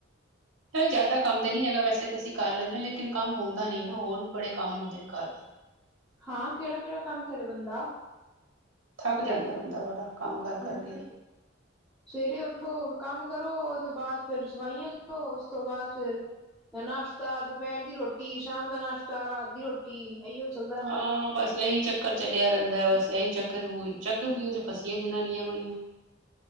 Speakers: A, on the right; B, in the centre.
A: ਹੇ ਜ਼ਿਆਦਾ ਕੰਮ ਤੇ ਨਹੀਂ ਹੈਗਾ ਵੈਸੇ ਤਾਂ ਅਸੀਂ ਕਰ ਲੈਂਣੇ ਆਂ ਲੇਕਿਨ ਕੰਮ ਹੁੰਦਾ ਨਹੀਂ ਨਾ ਹੋਰ ਵੀ ਬੜੇ ਕੰਮ ਹੁੰਦੇ ਨੇ ਘਰਦੇ।
B: ਹਾਂ ਕਿਹੜ -ਕਿਹੜਾ ਕੰਮ ਕਰੇ ਬੰਦਾ।
A: ਥੱਕ ਜਾਂਦਾ ਬੰਦਾ ਬੜਾ। ਕੰਮ ਕਰ ਕਰਕੇ
B: ਹੂੰ-ਸਵੇਰੇ
A: ਹੀ।
B: ਉੱਠੋ ਕੰਮ ਕਰੋ। ਉਸ ਤੋਂ ਬਾਅਦ ਫਿਰ ਸਫਾਈਆਂ ਕਰੋ। ਉਸ ਤੋਂ ਬਾਅਦ ਫੇਿਰ ਨਾਸ਼ਤਾ, ਦੁਪਹਿਰ ਦੀ ਰੋਟੀ, ਸ਼ਾਮ ਦਾ ਨਾਸ਼ਤਾ, ਰਾਤ ਦੀ ਰੋਟੀ ਇਹੀਓ ਚੱਲਦਾ ਰਹਿੰਦਾ
A: ਹਾਂ, ਬਸ ਇਹੀ ਚੱਕਰ ਚਲਿਆ ਰਹਿੰਦਾ। ਬਸ ਇਹੀ ਚੱਕਰ ਚੱਕਰ ਵੀਉ ਚ ਫਸੀਆਂ ਜਨਾਨੀਆਂ ਬੜੀਆਂ।